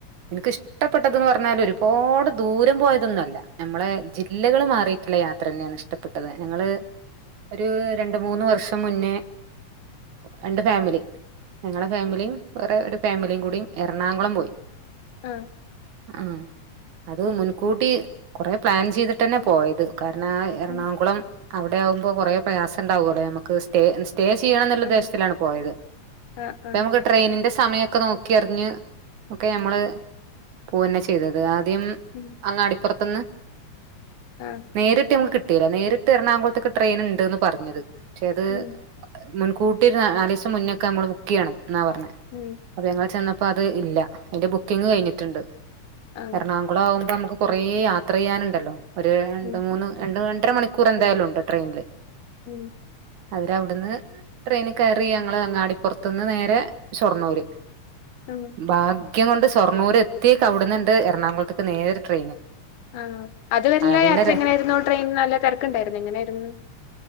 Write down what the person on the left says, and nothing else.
ആഹ്
ഉം
ഉം
ആ ആ
ഉം
ആ
ഉം
ഉം
ആ
ഉം
ഉം
ഉം
ആഹ് അത് വരിയുള്ള
യാത്ര
എങ്ങനേയിരുന്നു ട്രെയിൻ നല്ല തെരക്ക്ണ്ടായിരുന്നൊ എങ്ങനേയാരുന്നു